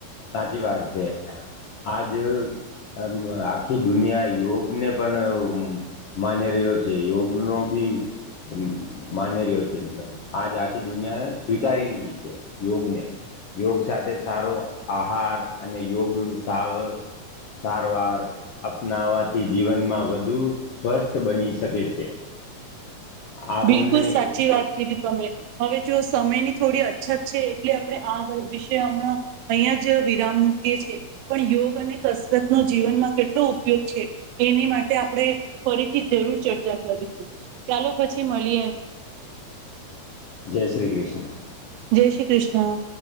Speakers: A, on the left; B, on the right.
A: સાચી વાત છે, આજ અમ આખી દુનિયા યોગ ને, પણ અ માની રહ્યો છે, યોગ નો બી અમ માની રહ્યો છે, મતલબ, આજ આખી દુનિયા સ્વીકારી છે યોગને. યોગ સાથે સારો આહાર અને યોગ સાવ સારવાર અપનાવાથી જીવનમાં વધુ સ્વસ્થ બની શકે છે. <unintelligible> આપણને
B: બિલકુલ, સાચી વાત કીધી તમે. હવે જો સમયની થોડી અછત છે, એટલે આપણે આ વિશે હમણાં અહીં જ વિરામ મૂકીએ છીએ, પણ યોગ અને કસરત ન જીવનમાં કેટલો ઉપયોગ છે. એની માટે આપણે ફરીથી જરૂર ચર્ચા કરીશું, ચાલો, પછી મળીએ?
A: જય શ્રી કૃષ્ણ.
B: જય શ્રી કૃષ્ણ.